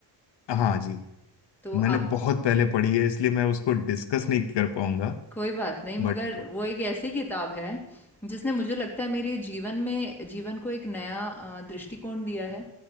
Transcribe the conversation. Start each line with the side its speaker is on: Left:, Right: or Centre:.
Left: हाँ जी
Centre: तो
Left: मैंने
Centre: आप
Left: बहुत पहले पढ़ी है इसलिए मैं उसको डिस्कस नहीं कर पाऊंगा
Centre: कोई बात नहीं मगर
Left: बट
Centre: वो एक ऐसी किताब है जिसने मुझे लगता है मेरे जीवन में जीवन को एक नया अ, दृष्टिकोण दिया है